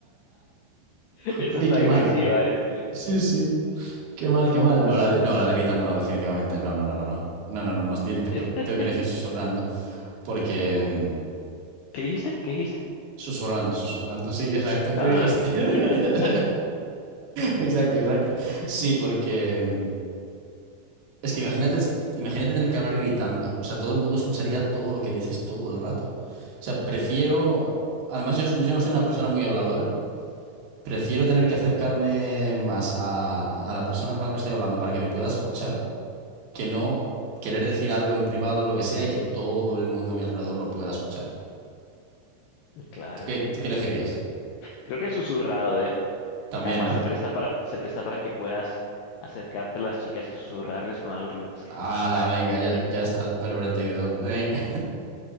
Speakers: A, on the left; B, on the right.
A: <laughs> Eso
B: Uy,
A: está
B: qué
A: agresiva,
B: mal.
A: ¿eh?
B: Sí, sí. Qué mal, qué mal. No, la de, no, la de gritando no, definitivamente. No, no, no, no, no. No, no, no, no. Tengo
A: <laughs>
B: que elegir susurrando porque... mm,
A: ¿Qué dijiste? ¿Qué dijiste?
B: Susurrando, susurrando, sí, exacto,
A: No,
B: ¿qué dijiste?
A: no sé. <laughs>
B: <laughs> Exacto, exacto. Sí, porque mm, es que imagínate, imagínate tener que hablar gritando, o sea, todo el mundo escucharía todo lo que dices todo el rato. O sea, prefiero, además yo, so- yo no soy una persona muy habladora, prefiero tener que acercarme más a, a la persona con la que estoy hablando para que me pueda escuchar, que no querer decir algo en privado o lo que sea y que todo el mundo a mi alrededor lo pueda escuchar.
A: Claro.
B: ¿Tú qué, tú qué elegirías?
A: Creo que es susurrado, ¿eh?
B: También,
A: Además
B: ¿no?
A: se presta para, se presta para que puedas acercarte a las chicas y susurrarles con algo realmente es que no
B: Ah,
A: puedo hablar.
B: la venga,
A: ¿no?
B: ya, ya está el pervertido. Venga.